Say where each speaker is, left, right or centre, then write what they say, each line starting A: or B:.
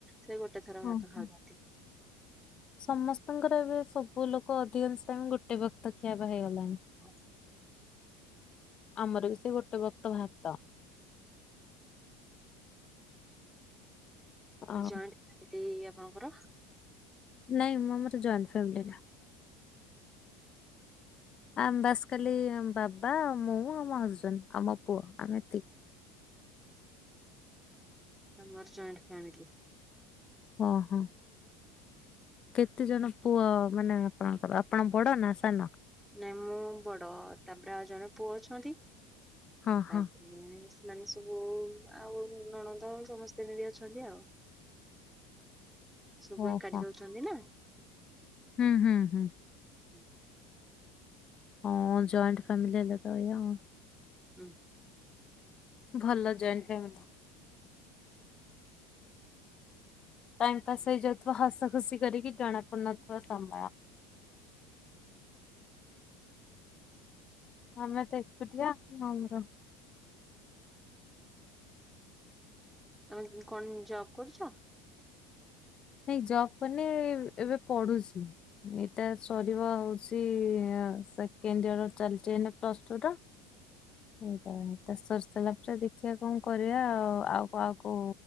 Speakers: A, in the centre; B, on the left.
A: ସେ ଗୋଟେ ଥର
B: ହଁ
A: ଭାତ
B: ହଁ।
A: ଖାଆନ୍ତି।
B: ସମସ୍ତଙ୍କର ଏବେ ସବୁ ଲୋକ ଅଧିକାଂଶ ଗୋଟେ ବକ୍ତ ଖିଆ ପିଆ ହେଇଗଲେଣି।
A: ହ।
B: ଆମର ବି ସେ ଗୋଟେ ବକ୍ତ ଭାତ। ଆଉ
A: ଜଏଣ୍ଟ ଫ୍ୟାମିଲି ଆପଣଙ୍କର?
B: ନାଇଁ ଆ ମମର ଜଏଣ୍ଟ ଫ୍ୟାମିଲ ନାଇ। ଆମ ବାସ ଖାଲି ବାବା ଆଉ ମୁଁ ଆଉ ମ ହଜବେଣ୍ଡ ଆଉ ମୋ ପୁଅ ଆମ ଏତିକି।
A: ଆମର ଜଏଣ୍ଟ ଫ୍ୟାମିଲି।
B: ଓହୋ। କେତେ ଜଣ ପୁଅ ମାନେ ଆପଣଙ୍କର ଆପଣ ବଡ ନା ସାନ।
A: ନାଇଁ ମୁଁ ବଡ ତାପରେ ଆଉ ଜଣେ ପୁଅ ଅଛନ୍ତି।
B: ହଁ ହଁ
A: ତାପ୍ ରେ ସେମାନେ ସବୁ ଆଉ ନଣନ୍ଦ ସମସ୍ତେ ଏମିତି ଅଛନ୍ତି ଆଉ। ସବୁ
B: ଓହୋ
A: ଏକାଠି ରହୁଚନ୍ତି ନା।
B: ହୁଁ ହୁଁ ହୁଁ।
A: ହୁଁ
B: ଓଁ ଜଏଣ୍ଟ ଫ୍ୟାମିଲି ହେଲେ ତ ଏୟା।
A: ହୁଁ।
B: ଭଲ ଜଏଣ୍ଟ ଫ୍ୟାମିଲି। ଟାଇମ ପାସ୍ ହେଇଯାଉଥିବ ହସ ଖୁସି କରିକି, ଜଣା ପଡୁନଥିବ
A: ହୁଁ
B: ସମୟ। ଆମେ ତ ଏକୁଟିଆ ଆ ଆମର
A: ଆ କଣ ଜବ କରୁଛ?
B: ନାଇଁ ଜବ୍ କରିନି ଏବେ ପଢୁଚି। ଏଇ ତା ସରିବ ହଉଚି ସେକେଣ୍ଡ ଇୟର ଚାଲିଚି ଏଇନେ ପ୍ଲସ ଟୁ ଟା। ଏଇଟା ସର୍ଷ ସାରିଲା ପରେ ଦେଖିବା କଣ କରିବା ଆଉ କହାକୁ